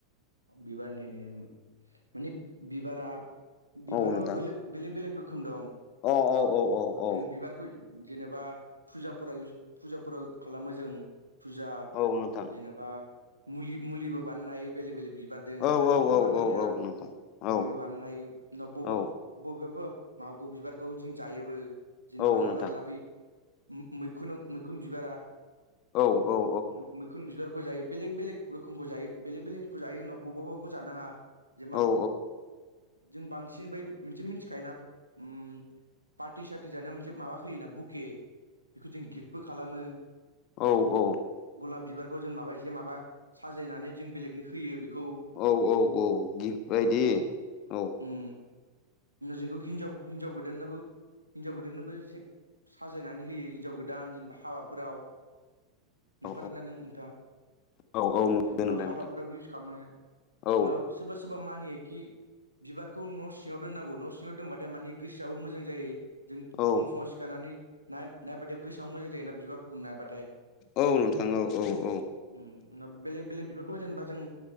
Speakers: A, on the right (about 80°); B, on the left (about 40°).
A: बिबारनि दे होमबा मानि बिबारा बिबाराबो
B: औ नोंथां
A: बोलो बेलेग बेलेग रोखोम दं
B: औ
A: नब
B: औ औ औ औ
A: जों बिबार खुइ जेनेबा फुजाफोराव फुजाफोराव खालामो जों फुजा
B: औ नोंथां
A: जेनेबा मुलि मुलिबो बानायनो हायो बेलेग बेलेग बिबारदों
B: औ
A: गासैजों
B: औ औ
A: बानायनो
B: औ
A: हाया
B: औ नोंथां
A: मुलिबो
B: औ
A: बानायनो हायो नाव बबाब
B: औ
A: बबेबा बबेबा माखौ बिबारखौ जों जायोबो जेनेबा
B: औ
A: लानानै
B: नोंथां
A: लाबोयो मैखुन मैखुन बिबारा
B: औ औ
A: मै-मैखुन बिबारखौ जायो बेलेग बेलेग रोखोमखौ जायो बेलेग बेलेग खौ जायो होन बबा बबेबाखौ जानाङा जेनेबा
B: औ
A: जों बांसिन बै मोनसे मिथिखायोना उम पार्टि सार्टि जानायाव मोनसे माबा होयोना बुके बेखौ जों गिफ्टबो खालामो
B: औ औ
A: गलाब बिबारखौ जों माबा एसे माबा साजायनानै जों बेलेगनो होयो बेखौ
B: औ औ औ गिफ्ट बायदि
A: जों बेखौ
B: औ
A: उम जोंखौ हिनजाव हिनजाव गोदाननोबो हिनजाव गोदाननोबो एसे साजायनानै होयो हिनजाव गोदान जेनेबा हाबाफोराव
B: औ
A: नुखादोंदा नों नोंथाङा
B: औ औ नुदों
A: जों
B: नोंथां
A: बेखौ हाबाफोराबो
B: नोंथां
A: इउस मो
B: औ
A: उनाव सोरबा सोरबा मानियोखि बिबारखौ न' सिङाव दोननांगौ न' सिङाव दोनबाथाय मानि गोसोआबो मोजां जायो जों
B: औ
A: फुं फुङाव सिखारनानै नाय-नायबाथाय गोसोआ मोजां जायोना बिबारफोरखौ नायबाथाय
B: औ नोंथां औ औ औ
A: उम बेलेग बेलेग बिबारखौ जेनेबा जों